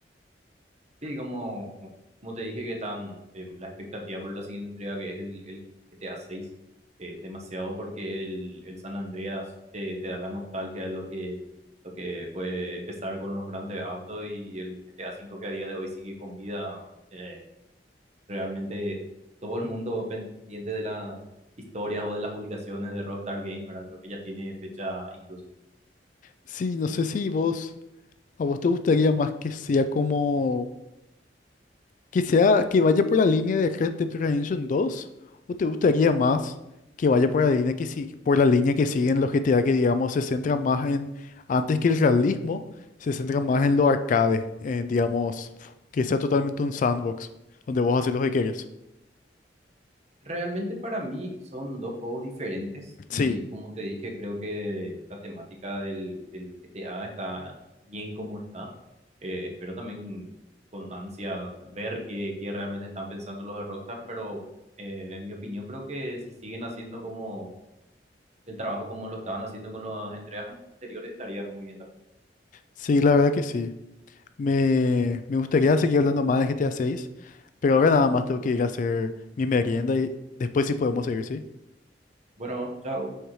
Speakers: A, on the right (about 40°); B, on the left (about 45°).
A: Sí, como, como te dije que están eh, la expectativa por la siguiente entrega que es el, el GTA 6 es demasiado porque el, el San Andreas te, te da la nostalgia de lo que lo que fue empezar con los Grand Theft Auto y el GTA 5 que a día de hoy sigue con vida eh, realmente todo el mundo pendiente de las historias o de las publicaciones de Rockstar Game, ¿verdad? Creo que ya tiene fecha incluso
B: Sí, no sé si vos, a vos te gustaría más que sea como que sea que vaya por la línea de Red Dead Redemption 2 o te gustaría más que vaya por la línea que si- por la línea que siguen los GTA que digamos se centran más en antes que el realismo se centran más en lo arcade en digamos que sea totalmente un sandbox donde vos haces lo que quieres.
A: Realmente para mí son dos juegos diferentes y
B: Sí,
A: como te dije, creo que la temática del, del GTA está bien como está. Eh, espero también con ansias ver qué, qué realmente están pensando los de Rockstar, pero eh, en mi opinión creo que si siguen haciendo como el trabajo como lo estaban haciendo con las entregas anteriores estaría muy bien también.
B: sí, la verdad que sí. Me, me gustaría seguir hablando más de GTA 6, pero ahora nada más tengo que ir a hacer mi merienda y después sí podemos seguir, ¿sí?
A: Bueno, chao.